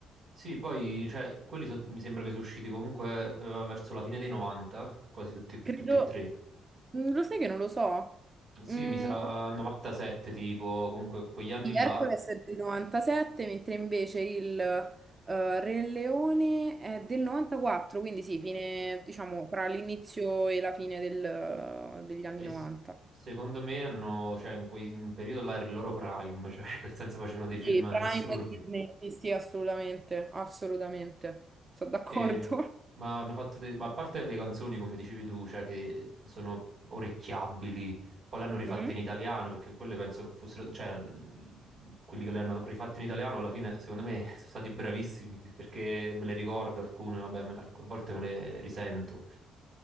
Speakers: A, on the right; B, on the right.
A: Sì, poi cioè, quelli so- mi sembra che sono usciti comunque eh, verso la fine dei 90, quasi tutti,
B: Credo,
A: tutti e tre.
B: Mm, lo sai che non lo so?
A: Sì,
B: Mm.
A: mi sa 97 tipo, comunque quegli anni
B: Sì,
A: là.
B: Hercules è del 97, mentre invece il eh, Re Leone è del 94, quindi sì, fine, diciamo, tra l'inizio e la fine del- degli anni
A: E
B: 90.
A: s- secondo me hanno, cioè in quel periodo là era il loro prime, cioè <laughs> nel senso facevano dei
B: Sì,
A: film assurdi.
B: Prime Disney, sì, sì, assolutamente, assolutamente, sono d'accordo.
A: E- ma hanno fatto dei- ma a parte le canzoni, come dicevi tu, cioè che sono orecchiabili, poi le hanno
B: <laughs>
A: rifatte
B: Mhm.
A: in italiano, perché quelle penso fossero, cioè, l- l- quelli che le hanno rifatte in italiano alla fine, secondo me, <laughs> sono stati bravissimi, perché me le ricordo alcune, vabbè, me- alc- a volte me le risento.